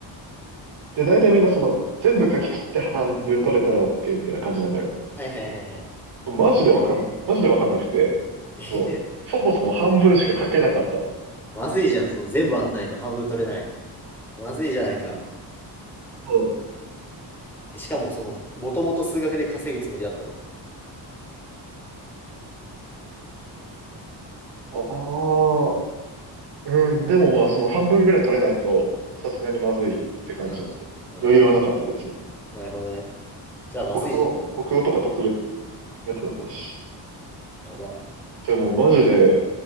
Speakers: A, on the right (about 75°); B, in the centre.
A: で、大体みんなその、全部書き切って半分取れたら OK みたいな感じなのよ。
B: はいはいはいはい。
A: マジでわかん、マジでわかんなくて、
B: <laughs>
A: そう、そもそも半分しか書けなかったの。
B: まずいじゃん、その全部あってないと半分取れない。まずいじゃないか。
A: そ
B: しかも、その、もともと数学で稼ぐつもりだったの。
A: うああ、うん、でもまあその半分ぐらい取れないと、さすがにまずいって感じだった。
B: うん。うん。
A: 余裕はなかった、別に。
B: なるほどね。じゃあ、まずいじ
A: 国語、国語とか特別苦手だったし。
B: ゃん。やば。
A: でもマジで、
B: あ